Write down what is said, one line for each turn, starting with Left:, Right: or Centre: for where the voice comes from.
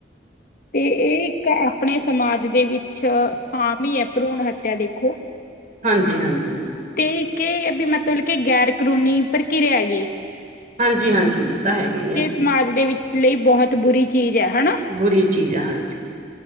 Left: ਤੇ ਇਹ ਇੱਕ ਆਪਣੇ ਸਮਾਜ ਦੇ ਵਿੱਚ ਆਮ ਹੀ ਹੈ ਭਰੂਣ ਹੱਤਿਆ ਦੇਖੋ।
Right: ਹਾਂਜੀ, ਹਾਂਜੀ
Left: ਤੇ ਕਿ ਹੈ ਵੀ ਮਤਲਬ ਕਿ ਗੈਰ ਕਾਨੂੰਨੀ ਪ੍ਰਕਿਰਿਆ ਹੇਗੀ।
Right: ਹਾਂਜੀ, ਹਾਂਜੀ ਇਹ ਤਾਂ ਹੈਗਾ ਹੀ ਹੈ।
Left: ਸਮਾਜ ਦੇ ਵਿੱਚ ਲਈ ਬਹੁਤ ਬੁਰੀ ਚੀਜ਼ ਹੈ ਹੈਨਾ।
Right: ਬੁਰੀ ਚੀਜ਼ ਹੈ ਹਾਂਜੀ।